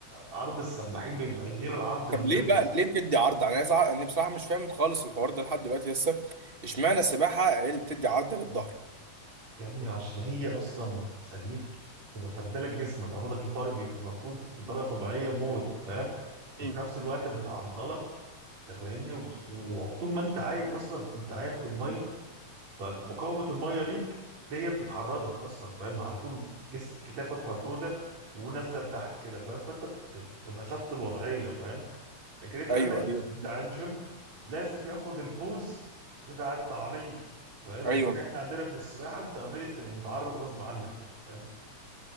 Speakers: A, on the right (about 60°); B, on the right (about 25°).
A: عرض السباحين بيبقى غير عرض الجيم
B: طب ليه بقى ليه بتدي عرض يعني انا عايز اعرف انا بصراحه مش فاهم خالص الحوار ده لحد دلوقتي لسه اشمعنى السباحه هي اللي بتدي عرض للظهر
A: يا ابني عشان هي اصلا بتخليك تبقى فردلك جسمك عمودك الفقري بيبقى مفروض بطريقه طبيعيه موت فاهم وفي
B: مم.
A: نفس الوقت بتعضلك انت فاهمني وب- وطول ما انت عايم اصلا انت عايم في الميه فمقاومه الميه ليك ديت بتعرضك اصلا فاهم على طول جسم كتافك مفروده ونازله لتحت كده فاهم فانت بت- بتبقى خدت الوضعيه فاهم لكن انت
B: ايوه
A: عندك
B: ايوه
A: بتاع الجيم لازم ياخد البوز بتاع التعريض فاهم
B: ايوه
A: لكن احنا عندنا في السباحه انت اوريدي بتبقى متعرض غصب عنك يعني فاهم